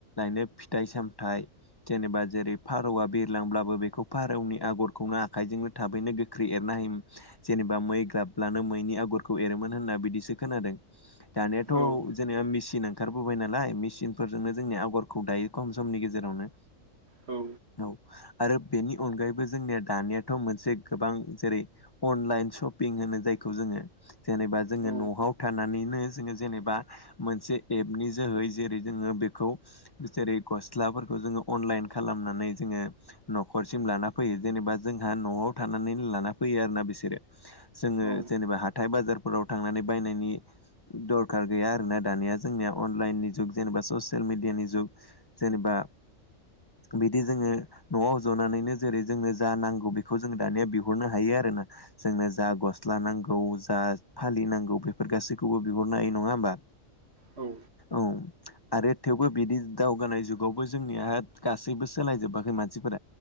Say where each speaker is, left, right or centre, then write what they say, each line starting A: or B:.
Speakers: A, on the left; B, on the right.
A: नो फिथाइ सामथाइ जेनेबा जेरै फारौआ बिरलांब्लाबो बेखौ फारौनि आगर खौनो आखाइजोंनो थाबैनो गोख्रै एरना हायोमोन जेनेबा मै ग्राबब्लानो मैनि आगरखौ एरोमोन होन्नानै बिदिसो खोनादों। दानियाथ'
B: औ
A: जेनेबा मेचिन ओंखारबोबाय नालाय मेचिनफोरजोंनो जोंनि आगरखौ दायो खम समनि गेजेरावनो
B: औ
A: औ आरो बेनि अनगायैबो जोंनिया दानियाथ' मोनसे गोबां जेरै अनलाइन सशपिं होनो जायखौ जोङो जेनेबा जोङो
B: औ
A: न'आव थानानैनो जोङो जेनेबा मोनसे एपनि जोहै जेरै जोङो बेखौ जेरै गस्लाफोरखौ जोङो अनलाइन खालामनै जोङो नफोरसिम लाना फैयो जेनेबा जोंहा न'आव थानानै लाना फैयो आरोना बिसोरो जोङो
B: औ
A: जेनेबा हाथाय बाजारफोराव थांनानै बायनायनि दरखार गैया आरोना दानिया जोंनिया अनलाइननि जुग जेनेबा ससियेल मिडियानि जुग जेनेबा आ बिदि जोङो न'आव जनानैनो जेरै जोङो जा नांगौ बेखौ जों दानिया बिहरनो हायो आरोना जोंनो जा गस्ला नांगौ जा फा लि नांगौ बेफोर गासैखौबो बिहरनो हायो नङा होमबा।
B: औ
A: औ आरो थेवबो बिदि दावगानाय जुगावबो जोंनिया गासैबो सोलायजोबाखै मानसि